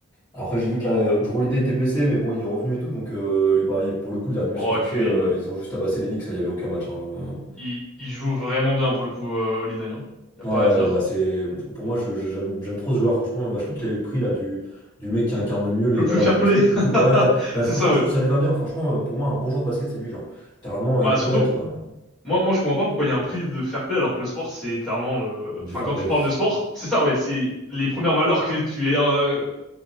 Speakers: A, on the left; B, in the centre.
A: Après, j'ai vu que là, Drew Holiday était blessé, mais bon, il est revenu et tout. Donc, euh, bah, pour le coup, le dernier match
B: Oh,
A: qu'ils
B: et
A: ont
B: puis,
A: fait, euh, ils ont juste abassé les Knicks. Il n'y avait aucun match. hein.
B: il, il joue vraiment bien pour le coup, euh, Oli Dagnan. Y a
A: Ouais,
B: pas à dire.
A: bah, c'est... Pour moi, je- je- j'aime j'aime trop ce joueur, franchement. Bah, je crois qu'il a eu le prix là, du, du mec qui incarne mieux les
B: Le
A: valeurs
B: plus fair
A: du basket
B: play. <laughs>
A: et tout. Ouais, bah,
B: C'est
A: franchement,
B: ça,
A: je
B: ouais.
A: trouve que ça lui va bien. Franchement, euh, pour moi, un bon joueur de basket, c'est lui. Genre, littéralement,
B: Bah,
A: il pourrait
B: surtout,
A: être. euh,
B: moi,
A: Ouais,
B: moi, je comprends pas pourquoi il y a un prix de fair play alors que le sport, c'est littéralement le,
A: du
B: enfin,
A: fair
B: quand
A: play.
B: tu parles de sport, c'est ça, ouais, c'est les premières valeurs que tu es, euh,